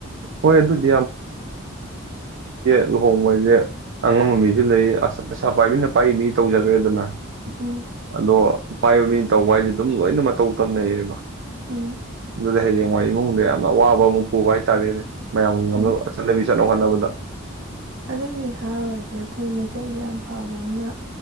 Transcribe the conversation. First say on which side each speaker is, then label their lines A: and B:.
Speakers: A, on the right (about 55°); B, on the right (about 75°).
A: ꯍꯣꯏ ꯑꯗꯨꯗꯤ ꯂꯨꯍꯣꯡꯕꯁꯦ ꯑꯉꯝꯕ ꯃꯤꯁꯨ ꯂꯩ ꯑꯁ ꯄꯩꯁꯥ ꯄꯥꯏꯕꯤꯅ ꯄꯥꯏꯕ ꯃꯤ ꯇꯧꯖꯈ꯭ꯔꯦꯗꯅ
B: ꯎꯝ
A: ꯑꯗꯣ ꯄꯥꯏꯕ ꯃꯤ ꯇꯧꯕ ꯍꯥꯏꯁꯦ ꯑꯗꯨꯝ ꯂꯣꯏꯅ ꯃꯇꯧ ꯇꯝꯅꯩꯑꯦꯕ
B: ꯎꯝ
A: ꯑꯗꯨꯗ ꯍꯌꯦꯡꯋꯥ ꯏꯃꯨꯡꯗ ꯌꯥꯝꯅ ꯑꯋꯥꯕ ꯑꯃꯨꯛ ꯄꯨꯕ ꯍꯥꯏ ꯇꯗꯦ ꯑꯗꯨ ꯃꯌꯥꯝꯒꯤ ꯉꯝꯅꯕ
B: ꯎꯝ
A: ꯆꯠꯅꯕꯤ ꯆꯠꯅ ꯍꯣꯠꯅꯕꯗ
B: ꯑꯗꯨꯒꯤ ꯍꯥꯏꯔꯨꯔꯗꯤ ꯑꯩꯈꯣꯏ ꯃꯩꯇꯩꯒꯤ ꯌꯥꯝ ꯐꯕ ꯑꯃꯅ